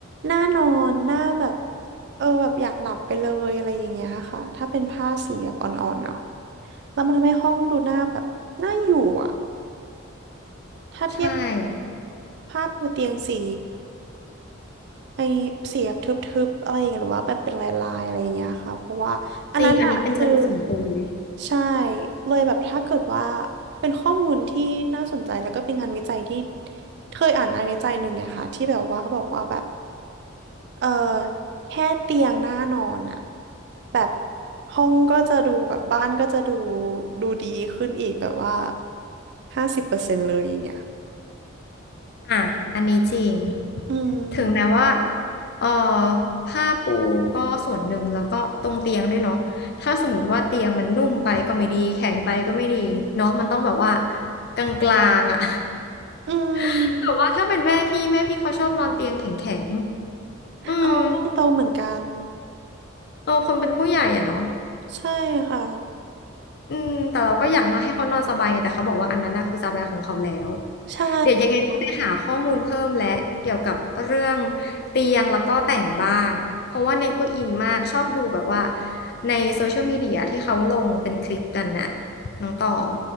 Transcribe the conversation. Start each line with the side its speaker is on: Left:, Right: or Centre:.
Right: น่านอนน่าแบบเออแบบอยากหลับไปเลยอะไรอย่างเงี้ยค่ะถ้าเป็นผ้าสีแบบอ่อนๆเนาะแล้วมันทำให้ห้องดูหน้าแบบน่าอยู่อ่ะถ้าเทียบกับ
Left: ใช่
Right: ผ้าปูเตียงสี ไอเสียบบทึบๆอะไรอย่างเงี้ยหรือว่าแบบเป็นลายๆอะไรอย่างเงี้ยค่ะเพราะว่าอันนั้นอะคือ
Left: จริงอันนี้เป็นจริตส่วนตัวเลย
Right: ใช่เลยแบบถ้าเกิดว่าเป็นข้อมูลที่น่าสนใจแล้วก็เป็นงานวิจัยที่เคยอ่านงานวิจัยหนึ่งไงค่ะที่แบบว่าเขาบอกว่าแบบเออแค่เตียงหน้านอนอะแบบห้องก็จะดูแบบบ้านก็จะดูดูดีขึ้นอีกแบบว่าห้าสิบเปอร์เซ็นต์เลยอย่างเงี้ย
Left: อ่ะอันนี้จริง
Right: อื
Left: ถึงแม้ว่า
Right: ม
Left: เอ่อผ้าปูก็ส่วนหนึ่งแล้วก็ตรงเตียงด้วยเนาะถ้าสมมติว่าเตียงมันนุ่มไปก็ไม่ดีแข็งไปก็ไม่ดีเนาะมันต้องแบบว่ากลางๆอ่ะ
Right: อืม
Left: <laughs> แต่ว่าถ้าเป็นแม่พี่แม่พี่เขาชอบนอนเตียงแข็งๆ อืม
Right: เอาตด้งโตรงเหมือนกัน
Left: เออคนเป็นผู้ใหญ่อะเนาะ
Right: ใช่ค่ะ
Left: อืมแต่เราก็อยากมาให้เขานอนสบายไงแต่เขาบอกว่าอันนั้นน่ะคือสบายของเขาแล้ว
Right: ใช่
Left: เดี๋ยวยังไงต้องไปหาข้อมูลเพิ่มและเกี่ยวกับเรื่องเตียงแล้วก็แต่งบ้านเพราะว่าเน็ตก็อินมากชอบดูแบบว่าในโซเชียลมีเดียที่เขาลงเป็นคลิปกันน่ะน้องตอง